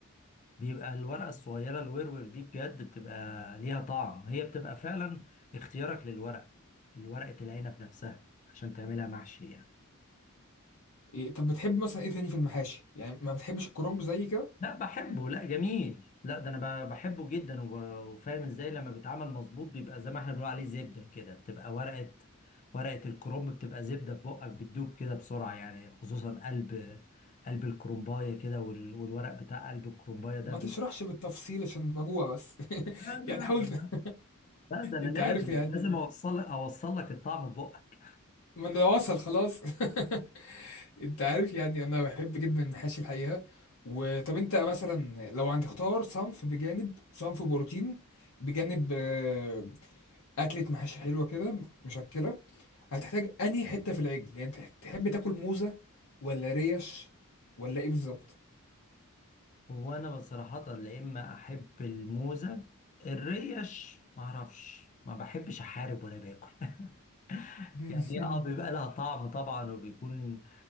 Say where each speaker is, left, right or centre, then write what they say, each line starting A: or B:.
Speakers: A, on the left; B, on the left.
A: بيبقى الورقة الصغيرة الورور دي بجد بتبقى ليها طعم هي بتبقى فعلا اختيارك للورق الورقة العنب نفسها عشان تعملها محشي يعني
B: إيه طب بتحب مثلا ايه تاني في المحاشي يعني ما بتحبش الكرنب زي كده
A: لا بحبه لا جميل لا ده انا ب- بحبه جدا وب- وفاهم ازاي لما بيتعمل مظبوط بيبقى زي ما احنا بنقول عليه زبدة كده بتبقى ورقة ورقة الكرنب بتبقى زبدة في بقك بتدوب كده بسرعة يعني خصوصا قلب قلب الكرنباية كده وال- والورق بتاع قلب الكرنباية ده
B: ما
A: بي...
B: تشرحش بالتفصيل عشان بجوع بس
A: لا
B: <laughs> يعني حاول
A: لا
B: <laughs>
A: لا ده انا
B: انت
A: لازم
B: عارف يعني
A: لازم اوصل اوصل لك الطعم ببقك
B: ما انا لو وصل خلاص <laughs> انت عارف يعني انا بحب جدا المحاشي الحقيقه وطب انت مثلا لو عندك اختار صنف بجانب صنف بروتين بجانب آه، اكله محاشي حلوه كده مشكله هتحتاج انهي حته في العجل يعني انت تحب تاكل موزه ولا ريش ولا ايه بالظبط
A: وانا بصراحة لا اما احب الموزة الريش ما اعرفش ما بحبش احارب وانا باكل <laughs>
B: <laughs>
A: يعني هي اه بيبقى لها طعم طبعا وبيكون